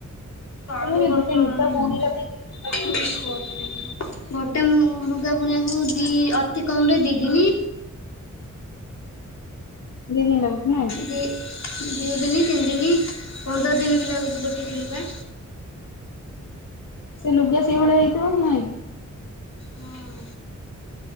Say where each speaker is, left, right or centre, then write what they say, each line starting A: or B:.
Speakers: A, on the left (about 60°); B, on the left (about 80°).
A: <unintelligible>
B: ଗୋଟେ ଗୋଟେ ଲୁଗା ବୁଣିବା ପାଇଁ କେତେ ଦିନ ଲାଗୁଛି
A: <inaudible> ଗୋଟେମୃ ମୃଗା ବୁଣିଆକୁ ଦି ଅତି କମ୍ ରେ ଦି ଦିନି।
B: ଦି ଦିନି ଲାଗୁଛି ନାଇଁ?
A: ଦି ଦିନି ତିନି ଦିନି ପନ୍ଦର ଦିନି ବି ଲାଗୁଛି ଗୋଟିଏ ଦିନ ପା।
B: ସେ ଲୁଗା ସେଇ ଭଳିଆ ହେଇଥିବ କି ନାଇଁ?
A: ହଁ।